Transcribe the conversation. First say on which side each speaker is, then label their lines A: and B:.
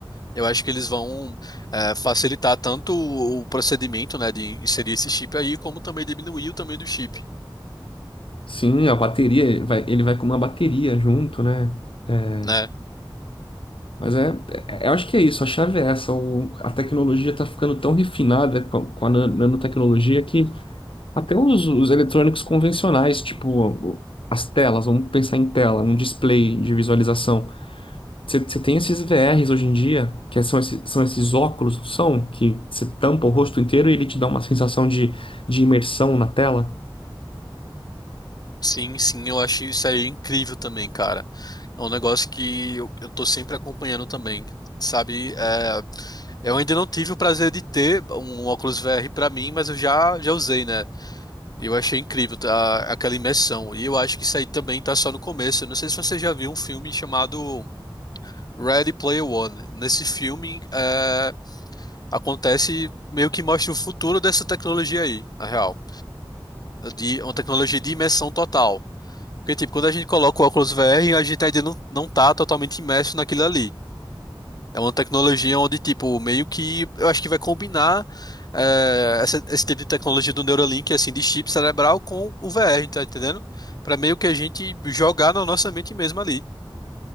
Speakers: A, on the left; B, on the left.
A: Eu acho que eles vão eh, facilitar tanto o o procedimento, né, de inserir esse chip aí, como também diminuir o tamanho do chip,
B: Sim, a bateria, ele vai, ele vai com uma bateria junto, né? É,
A: né?
B: mas é, é- é, eu acho que é isso, a chave é essa. o- a tecnologia está ficando tão refinada com, a com a nan- nanotecnologia que até os, os eletrônicos convencionais, tipo o- as telas, vamos pensar em tela, um display de visualização. Você você tem esses VRs hoje em dia, que são esses, são esses óculos, não são? Que você tampa o rosto inteiro e ele te dá uma sensação de, de imersão na tela.
A: Sim, sim, eu acho isso aí incrível também, cara. É um negócio que eu, eu tô sempre acompanhando também, sabe? Eh, eu ainda não tive o prazer de ter um óculos VR pra mim, mas eu já, já usei, né? Eu achei incrível tá, aquela imersão. E eu acho que isso aí também tá só no começo. Eu não sei se você já viu um filme chamado Ready Player One. Nesse filme é, acontece meio que mostra o futuro dessa tecnologia aí, na real. De uma tecnologia de imersão total. Porque, tipo, quando a gente coloca o óculos VR, a gente ainda não, não tá totalmente imerso naquilo ali. É uma tecnologia onde, tipo, meio que eu acho que vai combinar eh, essa- esse tipo de tecnologia do Neuralink, assim, de chip cerebral com o VR, tá entendendo? Pra meio que a gente jogar na nossa mente mesmo ali.